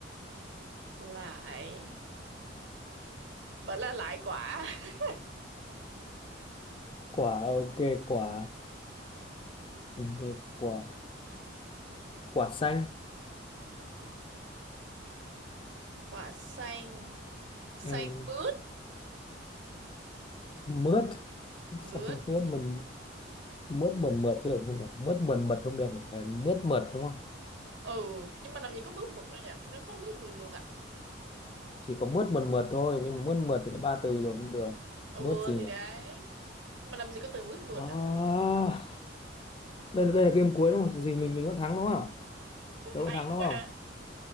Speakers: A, on the right; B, on the left.
A: lại vẫn là lại quả. <laughs>
B: quả ok quả ừ, ok, quả quả xanh
A: Quả xanh, xanh
B: ừ.
A: mướt,
B: mướt <laughs>
A: mướt.
B: xanh mướt mình mướt mượt mượt chứ được không nhỉ mướt mượt mượt không được nhỉ phải mướt mượt đúng không
A: Ừ, nhưng mà làm gì có mướt mượt đâu nhỉ? Nó có mướt mượt mượt à?
B: chỉ có mướt mượt mượt thôi nhưng mà mướt mượt thì là ba từ rồi không được
A: Ừ
B: mướt gì
A: thì
B: nhỉ
A: đấy Mà làm gì có từ mướt mượt
B: à,
A: đâu
B: đây là đây là game cuối đúng không gì mình mình vẫn thắng đúng không tôi vẫn
A: Hay
B: thắng đúng
A: quá
B: không
A: ha